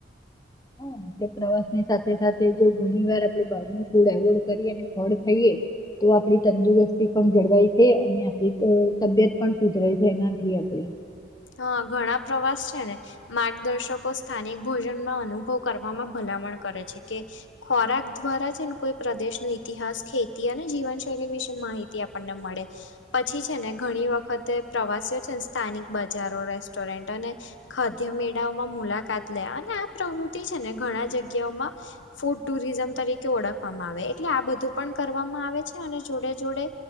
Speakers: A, on the left; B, on the left.
A: હા આપ પ્રવાસ ની સાથે સાથે જો ઘણી વાર આપડે બાર ન ફૂડ એવોર્ડ કરી અને ફળ ખાઈએ તો આપડી તંદુરસ્તી પણ જળવાય છે અને આપણી તબિયત પણ સુધરે છે એનાથી આપડે
B: હા ઘણા પ્રવાસ છે ને માર્ગદર્શકો સ્થાનિક ભોજનમાં અનુભવ કરવામાં ભલામણ કરે છે કે ખોરાક દ્વારા છે ને કોઈ પ્રદેશ ન ઈતિહાસ ખેતી અને જીવનશૈલી વિશે માહિતી આપણને મળે પછી છે ને ઘણી વખતે પ્રવાસીઓ છે ને સ્થાનિક બજારો રેસ્ટોરન્ટ અને ખાદ્ય મેળાઓમાં મુલાકાત લે અને આ પ્રવૃત્તિ છે ને ઘણા જગ્યાઓમાં ફૂડ ટુરિઝમ તરીકે ઓળખવામાં આવે એટલે આ બધું પણ કરવામાં આવે છે અને જોડે જોડે